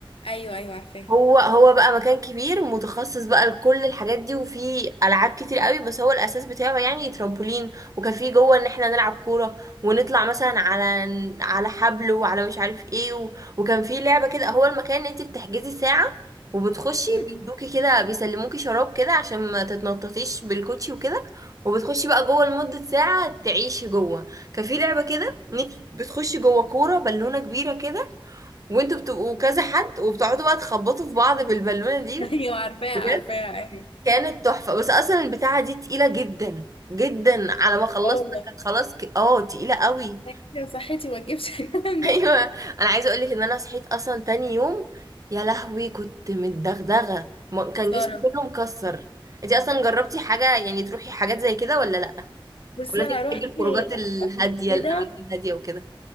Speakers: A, on the left (about 85°); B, on the right (about 40°).
A: ايوه ايوه عارفاها
B: هو هو بقى مكان كبير متخصص بقى لكل الحاجات دي وفي العاب كتير قوي بس هو الاساس بتاعه يعني ترامبولين وكان فيه جوه ان احنا نلعب كوره ونطلع مثلا على على حبل وعلى مش عارف ايه و... وكان فيه لعبه كده هو المكان ان انت بتحجزي ساعه وبتخشي
A: مم.
B: بيدوكي كده بيسلموكي شراب كده عشان ما تتنططيش بالكوتشي وكده وبتخشي بقى جوه لمده ساعه تعيشي جوه كان في لعبه كده إن إنتي بتخشي جوه كوره بالونه كبيره كده وانتوا بتبقوا كذا حد وبتقعدوا بقى تخبطوا في بعض بالبالونه دي
A: <laughs> ايوه عارفاها
B: بجد
A: عارفاها ايوه
B: كانت تحفه بس اصلا البتاعه دي تقيله جدا جدا على ما خلصنا
A: لا والله
B: كانت خلاص ك... اه تقيله قوي
A: أنا كده صحتي ما تجيبش الكلام
B: <laughs> ايوه
A: ده
B: انا عايزه اقول لك ان انا صحيت اصلا تاني يوم يا لهوي كنت متدغدغه ما- كان
A: سارة
B: جسمي كله مكسر انت
A: يعني.
B: اصلا جربتي حاجه يعني تروحي حاجات زي كده ولا لا
A: بصي
B: ولا انت
A: انا
B: بتحبي
A: رحت
B: الخروجات الهاديه
A: قبل كده
B: الاماكن الهاديه وكده